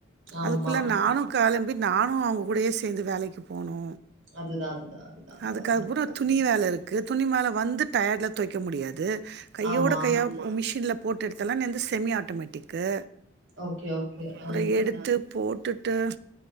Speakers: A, on the right; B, on the right.
A: ஆமா
B: அதுக்குள்ள நானு கெளம்பி நானு அவங்க கூடயே சேந்து வேலைக்கு போனு
A: அதுதா அதுதா அதுதான்ப்பா
B: அதுக்கப்ற துணி வேலை இருக்கு துணி மேல வந்து டயர்ட்ல துவைக்க முடியாது கையோடு
A: ஆமா
B: கையா ஒரு மிஷின்ல போட்டு எடுத்தன்னா எந்து செமி ஆட்டோமேட்டிக்கு
A: ஓகே ஓகே
B: அப்ற
A: ஆ
B: எடுத்து போட்டுட்டு